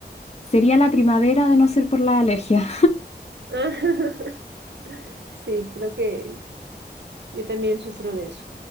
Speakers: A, on the left (about 35°); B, on the right (about 80°).
A: sería la primavera de no ser por la alergia.
B: <laughs> Sí, creo que yo también sufro de eso.